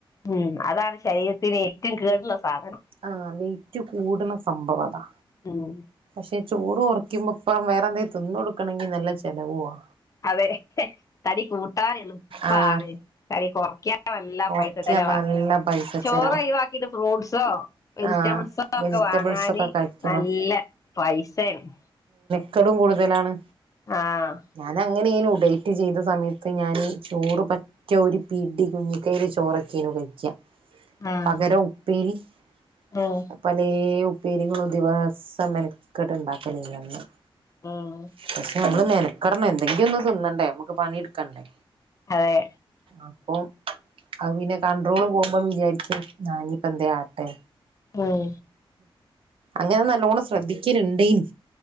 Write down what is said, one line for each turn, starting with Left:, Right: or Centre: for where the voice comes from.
Left: ഉം അതാണ് ശരീരത്തിനേ ഏറ്റോം കേടുള്ള സാധനം
Right: ആ വെയിറ്റ് കൂടണ സംഭവം അതാ
Left: മം
Right: പക്ഷെ ചോറ് കൊറയ്ക്കുമ്പോ ഇപ്പം വേറെ എന്തേലും തിന്ന് കൊടുക്കണേങ്കിൽ നല്ല ചെലവുവാ
Left: അതെ തടി കൂട്ടാനെളുപ്പാണ്
Right: ആഹ്
Left: തടി കൊറക്കാൻ നല്ല
Right: കൊറയ്ക്കാൻ
Left: പൈസ ചെലവാ
Right: നല്ല പൈസ
Left: ചോറ്
Right: ചെലവാ
Left: ഒഴിവാക്കിട്ട് ഫ്രൂട്ട്സോ വെജിറ്റബിൾസോ
Right: ആഹ്
Left: ഒക്കെ
Right: വെജിറ്റബിൾസ്
Left: വാങ്ങാന്
Right: ഒക്കെ കഴിക്കണം
Left: നല്ല പൈസയാണ്
Right: ക്കടും കൂടുതലാണ്
Left: ആഹ്
Right: ഞാനങ്ങ അങ്ങനെ ഇന് ഉ ഡേറ്റ് ചെയ്ത ന് ന് ഡയിറ്റ് ചെയ്ത സമയത്ത് ഞാനീ ചോറ് പറ്റിയ <unintelligible> ഒരു പിടി കുഞ്ഞികൈയില് ചോറൊക്കെയാണുകൈക്ക
Left: ആഹ്
Right: പകരം ഉപ്പേരി <unintelligible>
Left: ഉം
Right: <unintelligible> ദിവസം മെനക്കെട്ട് ഉണ്ടാക്കലല്ലാർന്നോ
Left: ഉം
Right: <unintelligible> നിക്കറി <unintelligible> എന്തെങ്കിലും ഒന്നു തിന്നണ്ടേ നമുക്ക് പണിടുക്കണ്ടേ
Left: അതെ
Right: അപ്പം അത് പിന്നെ കൺട്രോള് പോകുമ്പം വിചാരിക്കും എന്നാ ഇനിപ്പോ എന്തേലും ആട്ടെ
Left: മം
Right: അങ്ങനെ നല്ലോണം ശ്രദ്ധിക്കലുണ്ടേനു